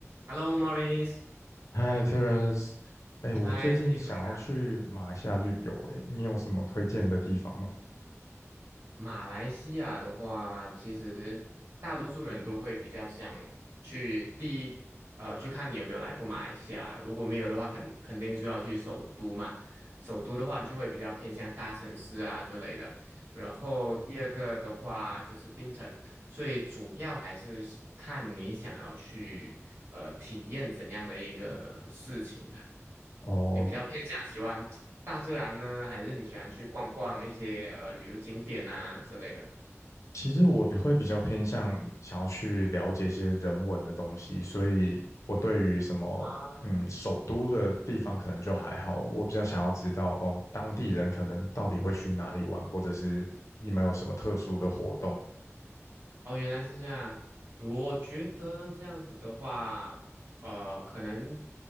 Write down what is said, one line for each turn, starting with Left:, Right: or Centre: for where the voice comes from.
Right: Hello, Maurice，
Left: 嗨，Terence，哎，我最近想要去马来西亚旅游，
Right: 嗨，你怎么样？
Left: 哎，你有什么推荐的地方吗？
Right: 马来西亚的话，其实大多数人都会比较想去第一，呃，就看你有没有来过马来西亚。如果没有的话，肯肯定就要去首都嘛。首都的话，就会比较偏向大城市啊之类的。然后第二个的话就是槟城，所以主要还是看你想要去呃体验怎样的一个事情。
Left: 哦，
Right: 你比较偏向喜欢大自然呢，还是你喜欢去逛逛一些呃旅游景点啊之类的？
Left: 其实我比会比较偏向想要去了解一些人文的东西，所以我对于什么嗯首都的地方可能就还好，
Right: 啊，
Left: 我比较想要知道哦当地人可能到底会去哪里玩，或者是你们有什么特殊的活动。
Right: 哦，原来是这样。我觉得这样子的话，呃，可能